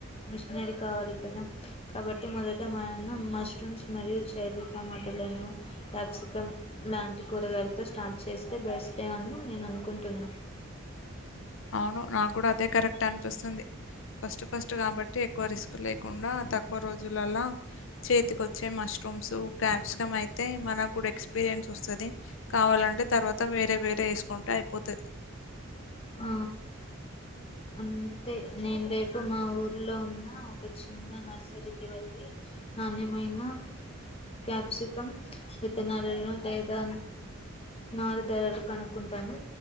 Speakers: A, on the left; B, on the left.
A: మిషనారి కావలి కదా కాబట్టి మొదట మ నం మష్రూమ్ మరియు చెర్రీ టమాటలను కప్సికమ్ లాంటి కూరగాయలతో స్ట స్టార్ట్ చేస్తే బెస్టే అని నేను అనుకుంటున్నా
B: <inaudible> అవును నాకు కూడా అదే కరెక్ట్ అనిపిస్తుంది, ఫస్ట్ ఫస్ట్ కాబట్టి ఎక్కువ రిస్క్ లేకుండా తక్కువ రోజులలా చేతికి వచ్చే మష్రూమ్స్ గ్యాప్స్కమ్ అయితే మన కూడా ఎక్స్ ఎక్స్పీరియన్స్ వస్తుంది కావాలంటే తర్వాత వేరే వేరే వేసుకుంటే అయిపోతది.
A: ఆ అంతే నేను రేపు మా ఊర్లో ఉన్న ఒక చిన్న నర్సరీకి వెళ్ళి నాణ్యమైనా క్యాప్సికమ్ విత్తనాలను లేదా నారు ధరలు కనుక్కుంటాను